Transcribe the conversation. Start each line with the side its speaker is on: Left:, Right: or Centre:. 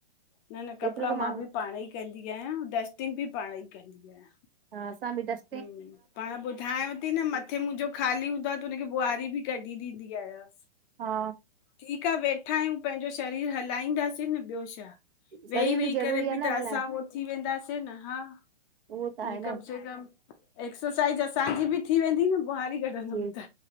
Left: न न कपड़ा
Right: एतिरो त
Left: मां
Right: माण्हू
Left: बि पाण ई कंदी आयां डस्टिंग बि पाण ई कंदील आया।
Right: हा असां बि टेस्ट
Left: हम्म, पाण ॿुधायांव ती न म हथ मुंजो ख़ाली हूंदो आ त हुनखे ॿुहारी बि कढी ॾींदी आयांस।
Right: हा।
Left: ठीक आ वेठा आयूं, पैंजो शरीर हलाईंदासीं न ॿियो छा। वेही
Right: शरीर
Left: वेही
Right: बि ज़रूरी
Left: करे
Right: आहे
Left: बि
Right: न
Left: त असां
Right: हलाइण
Left: हो थी वेंदासीं न हा
Right: उओ त
Left: ईअं
Right: आहे न।
Left: कम एक्सरसाइज़ असांजी बि थी वेंदी न ॿुहारी कढंदम
Right: जी
Left: त,